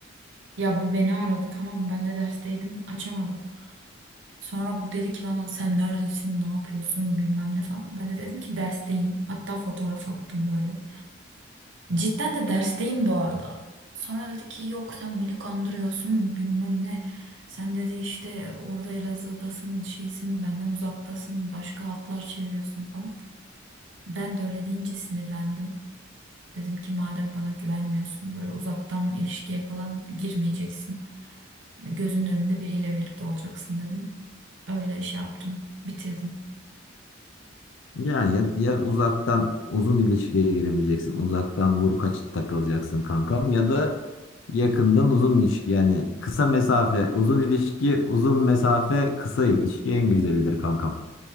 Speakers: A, on the right (about 65°); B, on the left (about 80°).
A: Ya bu beni aradı tamam mı? Ben de dersteydim açamadım. Sonra bu dedi ki bana sen neredesin ne yapıyorsun bilmem ne falan. Ben de dedim ki dersteyim. Hatta fotoğraf attım böyle. Cidden de dersteyim bu arada. Sonra dedi ki yok sen beni kandırıyorsun bilmem ne. Sen dedi işte orada Elazığ'dasın şeysin benden uzaktasın başka hatlar çeviriyorsun falan. Ben de öyle deyince sinirlendim. Dedim ki madem bana güvenmiyorsun böyle uzaktan ilişkiye falan girmeyeceksin. Gözünün önünde biriyle birlikte olacaksın dedim. Öyle şey yaptım, bitirdim
B: Yani ya, ya uzaktan uzun ilişkiye giremeyeceksin. Uzaktan vur kaç takılacaksın kankam ya da yakından uzun ilişki yani kısa mesafe uzun ilişki uzun mesafe kısa ilişki en güzelidir kankam.